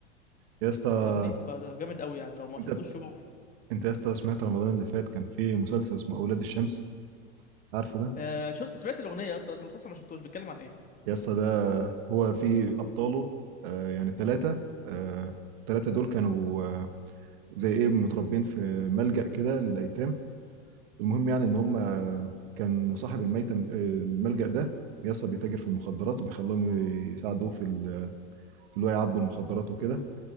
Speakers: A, on the right; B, on the left.
A: يا اسطى
B: فاهمني فده جامد قوي يعني لو ما
A: انت
B: شفتوش شوفه
A: انت يا اسطى سمعت رمضان اللي فات كان في مسلسل اسمه اولاد الشمس عارفه ده
B: آه شو سمعت الأغنية يا اسطى بس المسلسل ما شفتوش بيتكلم عن ايه
A: يا اسطى ده هو في ابطاله آه يعني ثلاثه آه ثلاثه دول كانوا آه زي ايه متربين في ملجأ كده للايتام المهم يعني ان هم آه، كان صاحب الميتة آه، الملجأ ده يا اسطى بيتاجر في المخدرات وبيخليهم يساعدوه في ال- في اللي هو يعبوا المخدرات وكده